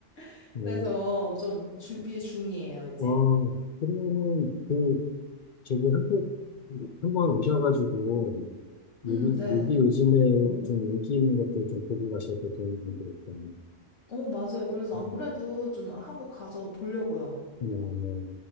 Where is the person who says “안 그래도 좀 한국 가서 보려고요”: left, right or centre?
Left